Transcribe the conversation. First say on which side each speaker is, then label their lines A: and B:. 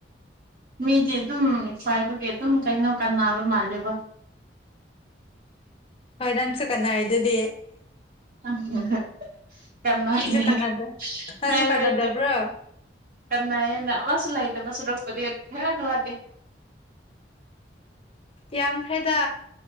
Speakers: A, on the right; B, on the left.
A: ꯃꯤꯗꯤ ꯑꯗꯨꯝ ꯈꯥꯏꯕꯒꯤ ꯑꯗꯨꯝ ꯀꯩꯅꯣ ꯀꯥꯟ ꯅꯥꯕ ꯃꯥꯜꯂꯦꯕ
B: ꯍꯣꯏ ꯅꯪꯁꯨ ꯀꯅꯥ ꯍꯩꯗꯨꯗꯤ
A: ꯎ <unintelligible> ꯅꯥꯏꯌꯦ
B: ꯀꯥꯟꯅꯗ ꯅꯪꯁꯨ
A: ꯍꯣꯏ
B: ꯀꯥꯟꯅꯗꯕ꯭ꯔꯣ
A: ꯍꯣꯏ ꯀꯅꯥꯏꯌꯦ ꯑꯃꯥꯁꯨ ꯂꯩꯥꯏ <unintelligible>
B: ꯌꯥꯝꯈ꯭ꯔꯦꯗ